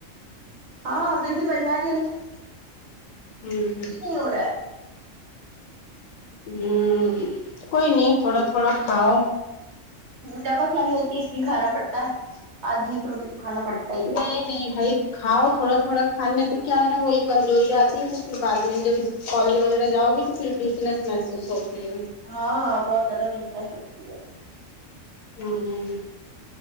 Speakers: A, on the right; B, on the left.
A: ہاں پھر بھی بنوا <unintelligible>
B: ہوں ھو
A: نہی ہورا ہا ہے
B: ہوں کوئی نہیں تھوڑا تھوڑا کھاؤ
A: دوائی کھانی ہوتی ہے اس لیے کھانا پڑتا ہے آدھی ایک روٹی تو کھانا پڑتا ہی ہے
B: نہیں نہیں بھائی کھاؤ تھوڑا تھوڑا کھانے تو کیا ہے نا وہی کمزوری آتی ہے تو پھر بعد میں جب کالج وغیرہ جاؤ گے تو پھر ویکنیس محسوس ہوتی ہے
A: ہاں بہت زیادہ ویکنس لگتی ہے
B: ہمم